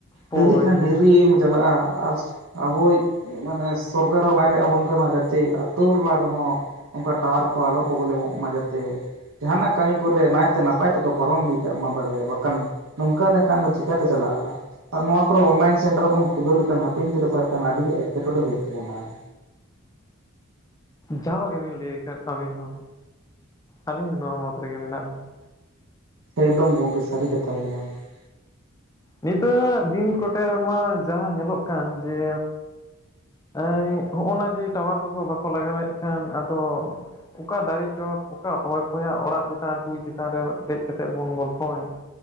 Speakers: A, on the left; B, on the right.
A: ᱦᱳᱭ
B: ᱰᱮᱨᱤ ᱠᱷᱟᱱ ᱰᱨᱤᱢ ᱪᱟᱞᱟᱜᱼᱟ ᱟᱨ ᱟᱵᱚᱭᱤᱡ ᱢᱟᱱᱮ ᱥᱚᱨᱠᱟᱨᱟᱜ ᱦᱚᱸ ᱵᱟᱭ ᱠᱚᱭᱜ ᱟᱵᱚᱱ ᱠᱟᱱᱟ ᱡᱟᱛᱮ ᱟᱛᱳ ᱴᱚᱞᱟ ᱨᱮᱦᱚᱸ ᱚᱱᱠᱟ ᱴᱟᱣᱟᱨ ᱠᱚ ᱟᱞᱚ ᱯᱨᱚᱵᱞᱮᱢᱚᱜ ᱢᱟ ᱡᱟᱛᱮ, ᱡᱟᱦᱟᱱᱟᱜ ᱠᱟᱹᱢᱤ ᱠᱚᱨᱮ ᱱᱟᱭᱛᱮ ᱱᱟᱯᱟᱭ ᱱᱟᱯᱟᱭ ᱛᱮᱠᱚ ᱯᱟᱨᱚᱢ ᱤᱫᱤ ᱠᱟᱜ ᱢᱟ ᱵᱟᱲᱮ, ᱵᱟᱠᱷᱟᱱ ᱱᱚᱝᱠᱟ ᱞᱮᱠᱷᱟᱱ ᱫᱚ ᱪᱤᱠᱟᱛᱮ ᱪᱟᱞᱟᱜᱼᱟ ᱾ ᱟᱨ ᱱᱚᱣᱟ ᱠᱚᱨᱮ ᱚᱱᱞᱟᱭᱤᱱ ᱥᱮᱱᱴᱟᱨ ᱵᱚᱱ ᱠᱷᱩᱞᱟᱹᱣ ᱞᱮᱠᱷᱟᱱ ᱦᱟᱹᱯᱤᱱ ᱫᱤᱱ ᱨᱮ ᱯᱟᱞᱮ ᱡᱩᱫᱤ ᱟᱹᱰᱤ ᱜᱮ ᱮᱴᱠᱮᱴᱚᱬᱮ ᱦᱩᱭᱩᱜ ᱛᱟᱵᱚᱱᱟ ᱾
A: ᱡᱟᱣ ᱜᱮᱵᱤᱱ ᱞᱟᱹᱭ ᱟᱠᱟᱫ ᱟᱹᱵᱤᱱ ᱦᱚᱸ, ᱟᱹᱞᱤᱧ ᱦᱚᱸ ᱱᱚᱣᱟ ᱢᱚᱛ ᱨᱮᱜᱮ ᱢᱮᱱᱟᱜ ᱞᱤᱧᱼᱟ ᱾
B: ᱮᱠᱫᱚᱢ ᱜᱚᱢᱠᱮ ᱥᱟᱹᱨᱤ ᱠᱟᱛᱷᱟ ᱜᱮ ᱱᱚᱣᱟ ᱫᱚ ᱾
A: ᱱᱤᱛᱚᱜ ᱫᱤᱱ ᱠᱚᱴᱮ ᱢᱟ ᱡᱟᱸᱦᱟᱸ ᱧᱮᱞᱚᱜ ᱠᱟᱱ ᱡᱮ <inaudible> ᱦᱚᱜᱼᱚ ᱱᱟ ᱡᱮ ᱴᱟᱣᱟᱨ ᱠᱚᱠᱚ ᱵᱟᱠᱚ ᱞᱟᱜᱟᱣᱮᱫ ᱠᱷᱟᱱ ᱟᱫᱚ ᱚᱠᱟ ᱫᱟᱨᱮ ᱪᱚᱴ ᱚᱠᱟ ᱚᱠᱚᱭ ᱠᱚᱭᱟᱜ ᱚᱲᱟᱜ ᱪᱮᱛᱟᱱ ᱴᱩᱭ ᱪᱮᱛᱟᱱ ᱨᱮ ᱫᱮᱡ ᱠᱟᱛᱮᱫ ᱵᱚᱱ ᱜᱚᱞᱯᱷᱚᱭᱟ ᱾